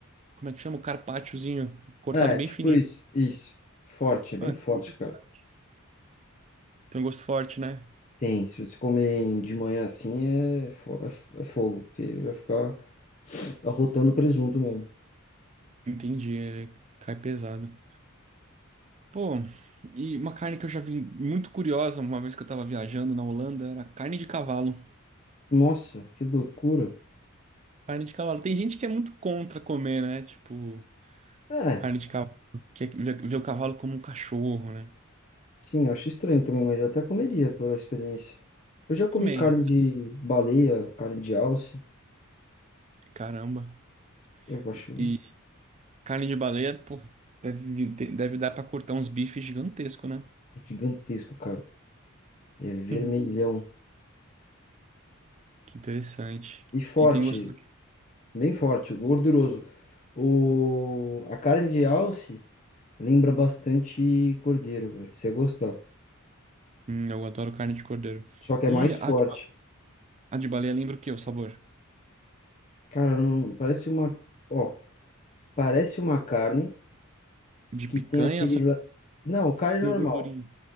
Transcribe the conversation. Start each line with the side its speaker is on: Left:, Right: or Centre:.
Right: Como é que chama? O carpacciozinho, cortado
Left: É,
Right: bem
Left: tipo
Right: fininho.
Left: isso, isso. Forte, é bem
Right: Ah,
Left: forte,
Right: que interessante.
Left: cara.
Right: Tem um gosto forte, né?
Left: Tem, se você comer de manhã assim, é, fo- é f- é fogo, porque vai ficar arrotando presunto mesmo.
Right: Entendi. é- cai pesado. Pô, e uma carne que eu já vi muito curiosa uma vez que eu tava viajando na Holanda era carne de cavalo.
Left: Nossa, que loucura.
Right: Carne de cavalo. Tem gente que é muito contra comer, né? Tipo,
Left: É,
Right: carne de cavalo. Que vê ver o cavalo como um cachorro, né?
Left: sim, eu acho estranho também, mas eu até comeria pela experiência. Eu já comi
Right: Também.
Left: carne de baleia, carne de alce.
Right: Caramba.
Left: Eu acho
Right: E, e carne de baleia, pô, deve, vir- deve dar pra cortar uns bifes gigantescos, né?
Left: gigantesco, cara. É vermelhão
Right: Hum, Que interessante.
Left: e forte.
Right: E tem gosto do quê?
Left: Bem forte, gorduroso. O... A carne de alce lembra bastante cordeiro, velho. Você gostar.
Right: Hum, eu adoro carne de cordeiro.
Left: Só que é
Right: E
Left: mais
Right: a
Left: forte.
Right: de, a de baleia lembra o quê? O sabor?
Left: Cara, não... parece uma. Ó, parece uma carne
Right: De
Left: que
Right: picanha,
Left: tem aquele.
Right: só que
Left: le- Não, carne normal.
Right: com gordurinha.